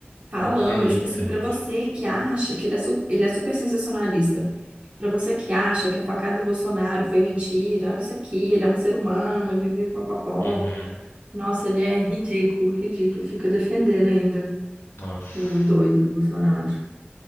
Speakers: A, on the right; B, on the left.
A: falando,
B: pra que isso,
A: tipo assim,
B: gente?
A: pra você que acha que ele é, su- ele é super sensacionalista. Pra você que acha que a facada do Bolsonaro foi mentira, olha isso aqui, ele é um ser humano, vive popopó.
B: Uhum.
A: Nossa, ele é ridículo, ridículo. Fica defendendo ainda
B: Nossa.
A: o doido do Bolsonaro.